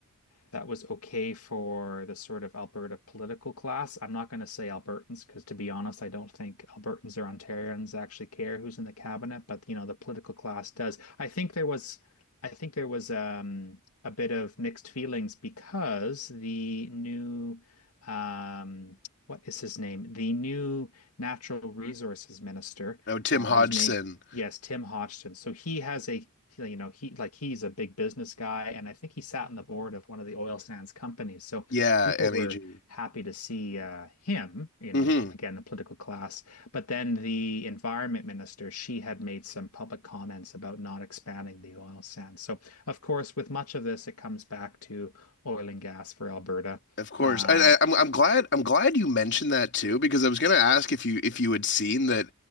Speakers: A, on the left; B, on the left.
A: that was okay for the sort of Alberta political class. I'm not going to say Albertans because to be honest, I don't think Albertans or Ontarians actually care who's in the cabinet, but you know, the political class does. I think there was I think there was um a bit of mixed feelings because the new um what is his name? The new natural resources minister,
B: Oh, Tim
A: uh,
B: Hodgson.
A: whose name Yes, Tim Hodgson. So he has a, you know, he like he's a big business guy, and I think he sat on the board of one of the oil sands companies. So
B: Yeah,
A: people
B: MEG.
A: were happy to see uh, him, you
B: hmm
A: know, the, again, the political class. But then the environment minister, she had made some public comments about not expanding the oil sands. So of course, with much of this, it comes back to oil and gas for Alberta.
B: Of course.
A: Uh,
B: I, I, I'm I'm glad I'm glad you mentioned that too because I was going to ask if you if you had seen that